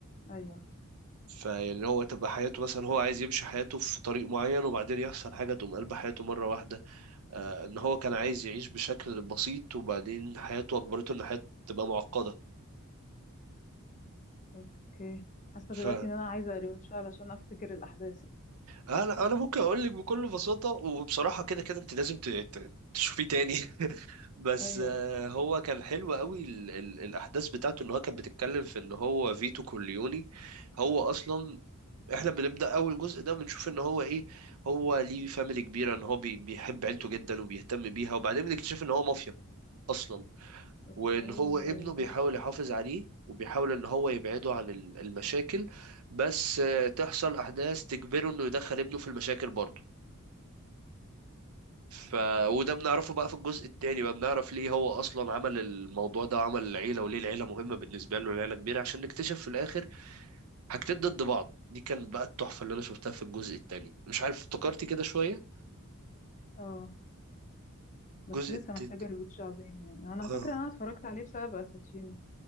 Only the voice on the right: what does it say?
فاللي هو تبقى حياته مثلا هو عايز يمشي حياته في طريق معين وبعدين يحصل حاجة تقوم قلب حياته مرة واحدة آه ان هو كان عايز يعيش بشكل بسيط وبعدين حياته اجبرته ان حياته تبقى معقدة
ف
انا انا ممكن اقول لك بكل بساطه وبصراحه كده كده انت لازم ت- ت- تشوفيه تاني <laughs> بس
آه، هو كان حلو قوي ال ال الاحداث بتاعته ان هو كان بتتكلم في ان هو فيتو كورليوني هو اصلا احنا بنبدا اول جزء ده بنشوف ان هو ايه هو ليه فاميلي كبيره ان هو بي بيحب عيلته جدا وبيهتم بيها وبعدين بنكتشف ان هو مافيا اصلا
وان هو ابنه
بيحاول
يحافظ عليه وبيحاول ان هو يبعده عن ال- المشاكل بس آه، تحصل احداث تجبره انه يدخل ابنه في المشاكل برضه ف وده بنعرفه بقى في الجزء التاني بقى بنعرف ليه هو اصلا عمل الموضوع ده وعمل العيله وليه العيله مهمه بالنسبه له العيله كبيره عشان نكتشف في الاخر حاجتين ضد بعض دي كانت بقى التحفه اللي انا شفتها في الجزء التاني مش عارف افتكرتي كده شويه
الجزء
التاني
اه